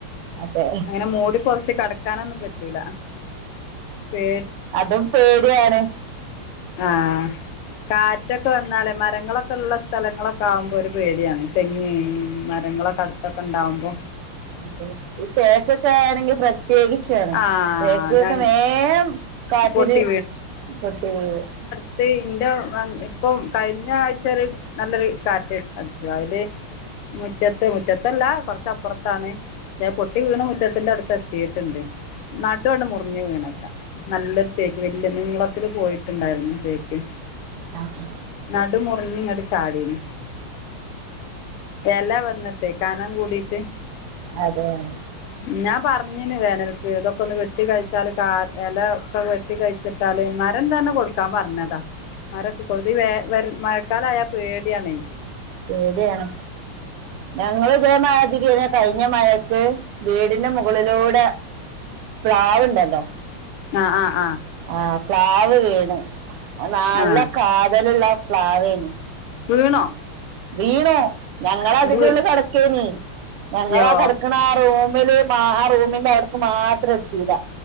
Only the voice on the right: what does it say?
അതെ
അതും പേടിയാണ്
അതെ ഈ തേക്കൊക്കെ ആണെങ്കി പ്ര പ്രത്യേകിച്ചാണ്
തേക്കൊക്കെ
വേം കാറ്റില്
പൊട്ടി വീയും
ആഹ്
അതെയോ
ശരിയാണ് ഞങ്ങള് ഇതേ മാതിരി ഇവിടെ കഴിഞ്ഞ മഴ ക്ക് വീടിന്റെ മുകളിലൂടെ പ്ലാവ്ണ്ടല്ലോ
ആഹ് പ്ലാവ് വീണ് നാല്ല
കാതലുള്ള പ്ലാവേനി
വീണു ഞങ്ങളെ
അതിന്റെ
ഉള്ളില് കടക്കേനി ഞങ്ങളാ
കടക്ക്ണ ആ റൂമില് ആ റൂമിന്റെ അവിടക്ക് മാത്രം എത്തില